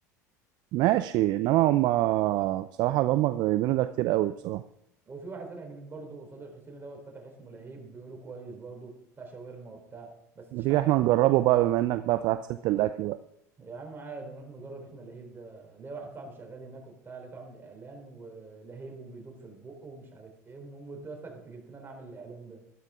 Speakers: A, on the right; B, on the right.
A: ماشي إنما هما بصراحة اللي هما جايبينه ده كتير قوي بصراحة
B: وفي واحد فتح جديد برضه قصاد الحسيني دوت فتح اسمه لهيب بيقولوا كويس برضه بتاع شاورما وبتاع بس
A: ما
B: شحن
A: تيجي إحنا نجربه بقى بما إنك بقى فتحت سيرة الأكل بقى
B: يا عم عادي نروح نجرب احنا لهيب ده ليا واحد صاحبي شغال هناك وبتاع لقيته عامل اعلان ولهيب وبيدوب في البق ومش عارف ايه المهم قلت له يا اسطى كنت جبت لنا اعمل الاعلان ده